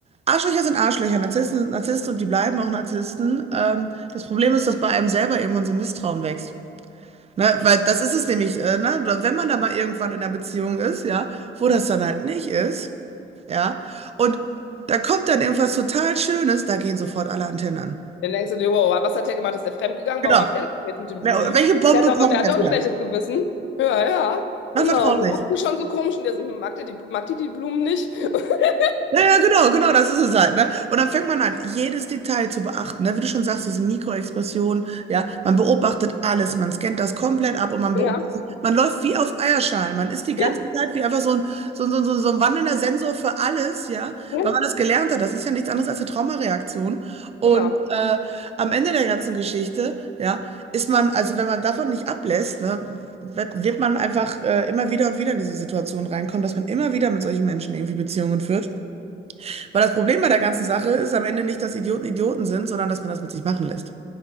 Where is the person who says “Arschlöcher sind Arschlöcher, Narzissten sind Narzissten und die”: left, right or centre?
Right